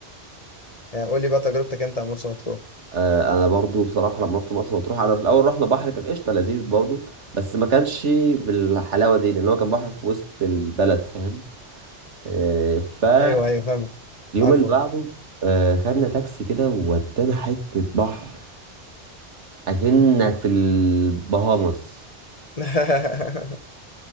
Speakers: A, on the left; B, on the right.
A: يعني قول لي بقى تجربتك أنت عن مرسى مطروح
B: آه انا برضو بصراحه لما رحت مرسى مطروح انا في الاول رحنا بحر كان قشطه لذيذ برضو بس ما كانش بالحلاوه دي لان هو كان بحر في وسط البلد فاهم آه فاليوم
A: أيوه أيوه فاهمك
B: اللي
A: عارفه
B: بعده آه خدنا تاكسي كده وودانا حته بحر اكنك في البهامس
A: <laughs>